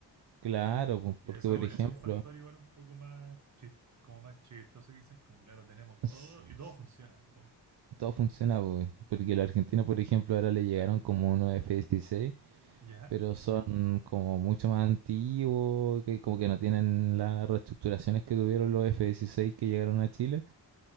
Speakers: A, on the right (about 70°); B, on the right (about 40°).
A: claro, pues,
B: Y
A: porque
B: eso,
A: por ejemplo...
B: eso es un factor igual un poco más chis- como más chistoso quizás, como claro, tenemos
A: <laughs>
B: todo y todo funciona. Como,
A: todo funciona, pues, porque los argentinos, por ejemplo, ahora le llegaron como unos F-16,
B: ya,
A: pero son como mucho más antiguos, que como que no tienen las reestructuraciones que tuvieron los F-16 que llegaron a Chile.